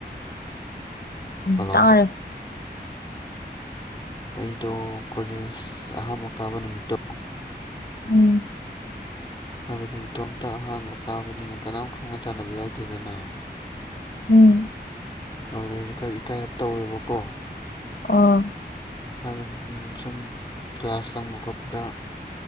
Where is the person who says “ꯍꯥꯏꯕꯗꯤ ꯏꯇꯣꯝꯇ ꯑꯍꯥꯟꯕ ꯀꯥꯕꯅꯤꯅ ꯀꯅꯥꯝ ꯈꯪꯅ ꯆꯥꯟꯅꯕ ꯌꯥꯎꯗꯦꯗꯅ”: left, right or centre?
Left